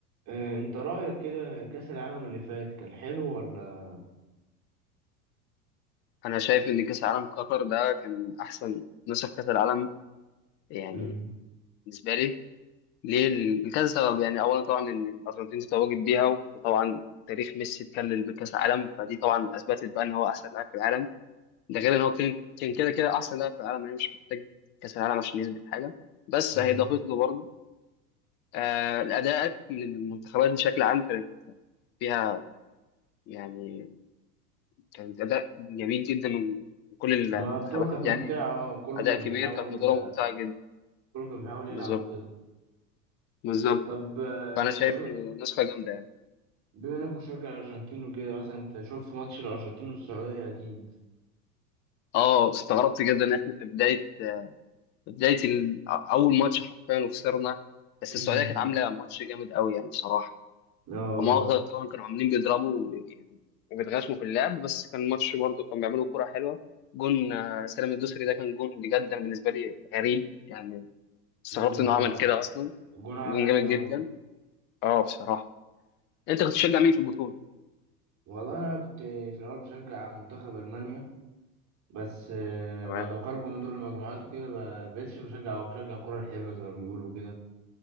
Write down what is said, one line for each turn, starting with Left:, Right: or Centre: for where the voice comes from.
Right: آه، انت رأيك كده كأس العالم اللي فات كان حلو ولا
Left: انا شايف ان كاس العالم قطر ده كان احسن نسخ كاس العالم يعني
Right: مم.
Left: بالنسبه لي ليه لكذا سبب يعني اولا طبعا ان الارجنتين تتواجد بيها وطبعا تاريخ ميسي اتكلل بكاس العالم فدي طبعا اثبتت بقى ان هو احسن لاعب في العالم ده غير ان هو كان كان كده كده احسن لاعب في العالم يعني مش محتاج كاس العالم عشان يثبت حاجه بس
Right: مم.
Left: هي ضافت له برضه آه الاداءات من المنتخبات بشكل عام كانت فيها يعني كانت اداء جميل جدا من كل المنتخبات
Right: ما البطولة كانت ممتعة
Left: يعني
Right: آه، كله
Left: اداء
Right: كان
Left: كبير
Right: بيحاول
Left: كانت بطوله ممتعه جدا
Right: كله كان بيحاول يلعب
Left: بالظبط
Right: وكده
Left: بالظبط
Right: طب آه،
Left: فانا
Right: انت
Left: شايف
Right: ب-
Left: نسخه جامده يعني
Right: بما انك مشجع ارجنتين وكده مثلا انت شفت ماتش الارجنتين والسعودية اكيد
Left: اه استغربت جدا ان احنا في بدايه في بدايه ال- اول ماتش حرفيا وخسرنا بس السعوديه
Right: مم.
Left: كانت عامله ماتش جامد قوي يعني بصراحه
Right: اه
Left: هم اكتر طبعا كانوا عاملين بيضربوا وبي- وبيتغشموا في اللعب بس كان الماتش برضه كان بيعملوا كرة حلوه جون آه، سالم الدوسري ده كان جون بجد أنا بالنسبه لي غريب يعني استغربت
Right: مم،
Left: انه
Right: اه
Left: عمل كده اصلا
Right: جون عالمي
Left: جون جامد
Right: اه
Left: جدا اه بصراحه انت كنت تشجع مين في البطوله
Right: والله انا كنت في الاول بشجع منتخب المانيا بس آه،
Left: تمام
Right: بعد ما خرجوا من دور المجموعات وكده ما بقتش بشجع او بشجع كرة حلوة زي ما بيقولوا كده